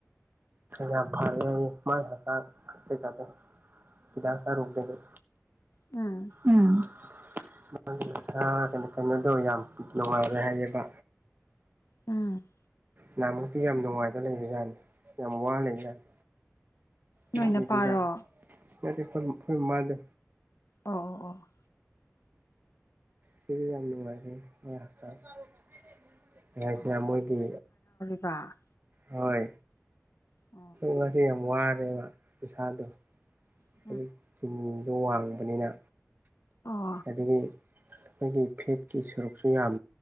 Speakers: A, on the right; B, on the left.
A: ꯌꯥꯝ ꯐꯔꯦ ꯃꯥꯏ ꯍꯆꯥꯡ ꯀꯩꯀꯥꯗ‌ꯣ꯫ ꯍꯤꯗꯥꯛ ꯆꯥꯔꯨꯕꯗꯩ
B: ꯎꯝ꯫
A: ꯎꯝ ꯃꯥ ꯃꯁꯥ ꯀꯩꯅꯣ ꯀꯩꯅꯣꯗꯣ ꯌꯥꯝ ꯅꯨꯡꯉꯥꯏꯔꯦ ꯍꯥꯏꯌꯦꯕ꯫
B: ꯎꯝ
A: ꯅꯍꯃꯨꯛꯇꯤ ꯌꯥꯝ ꯅꯨꯡꯉꯥꯏꯕ ꯂꯩꯕꯖꯥꯠꯅꯤ ꯌꯥꯝ ꯋꯥ ꯂꯩꯕꯖꯥꯠꯅꯤ
B: ꯅꯣꯏ
A: ꯉꯁꯤꯗꯤ
B: ꯅꯄꯥꯔꯣ
A: ꯌꯥꯝ ꯅꯠꯇꯦ ꯈ‌ꯣꯏ ꯃꯥ ꯈꯣꯏ ꯃꯥꯗꯣ
B: ꯑꯣ ꯑꯣ ꯑꯣ
A: ꯁꯤꯗꯤ ꯌꯥꯝꯅꯨꯡꯉꯥꯏꯔ‌ꯦ <unintelligible> ꯑꯩ ꯍꯥꯏꯁꯤꯅ ꯃꯣꯏꯒꯤ
B: ꯕꯥ
A: ꯍꯣꯏ
B: ꯑꯣ
A: ꯉꯁꯤ ꯌꯥꯝ ꯋꯥꯔꯦꯕ ꯄꯩꯁꯥꯗꯣ
B: ꯑꯥ
A: ꯑꯗꯨꯆꯤꯅꯤꯗꯣ ꯋꯥꯡꯕꯅꯤꯅ
B: ꯑꯣ
A: ꯑꯗꯒꯤ ꯑꯩꯈꯣꯏꯒꯤ ꯐꯦꯠꯀꯤ ꯁꯔꯨꯛꯁꯨ ꯌꯥꯝ